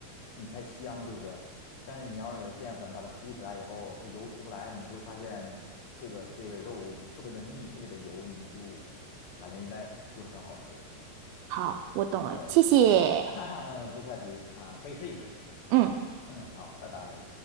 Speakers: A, on the left; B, on the right.
A: 你才香，对不对？但是你要是有淀粉把它糊起来以后，它油出不来，你会发现这个这个肉特别的腻，特别的油，你就感觉应该不是很好吃。
B: 好，我懂了，
A: 对对对对，
B: 谢谢。
A: <laughs> 哈哈，不客气啊，可以试一试。
B: 嗯。
A: 嗯，好，拜拜。